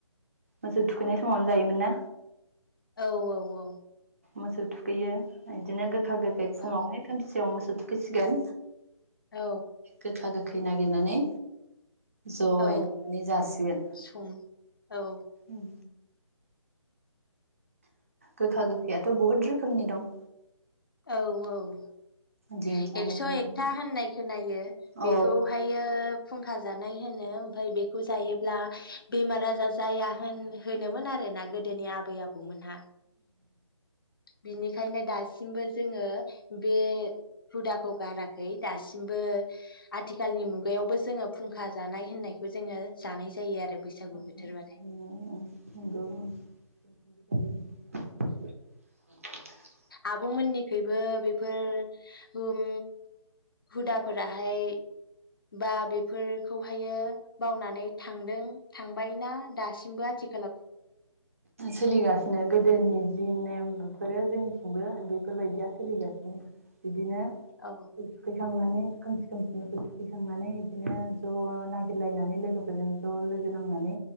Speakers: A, on the right; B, on the left.
A: मोसौ थुखैनाय समावनो जायोमोन ना?
B: औ औ औ।
A: मोसौ थुखैयो इदिनो गोद फागोखै फुङावहाय
B: औ
A: खोमसियाव मोसौ थु फैसिगोन।
B: औ
A: गोखा गो खै नागिरनानै ज'यै
B: औ
A: मानि जासिगोन
B: सं औ
A: उम। गोखा गोखैयाथ' बहुद रोखोमनि दं
B: औ औ
A: दिंखियानिफ्राय
B: एक्स'
A: लाना
B: एकथा होननाय खोनायो
A: औ
B: बेखौहायो फुंखा जानाय होनो। ओमफाय बे बेखौ जायोब्ला बेमार आजार जाया होन होनोमोन आरोना गोदोनि आ बै आबौ मोनहा। बिनिखायनो दासिमबो जोङो बे हुदाखौ गारा खै दासिमबो आथि खालनि मुगायावबो जोङो फुंखा जानाय होननायखौ जोङो जानाय जायो आरो
A: <unintelligible>
B: बैसागु बोथोरबाथाय
A: जायो बिदिब्ला <unintelligible>
B: आब' मोननिखैबो बेफोर उम हुदाफोराहाय बा बेफोरखौहायो बावनानै थांदों थांबाय ना दासिमबो आथि
A: सोलिगासिनो गोदोनि जि नेम बेफोरो जोंनिथिंबो बेफोरबायदिया सोलिगासिनो बिदिनो
B: औ
A: <unintelligible> इस्कुल थांनानै खोमसि खोमसि थुखैखांनानै बिदिनो ज' नागिरलायनानै लोगोफोरजों ज' लोगो नांनानै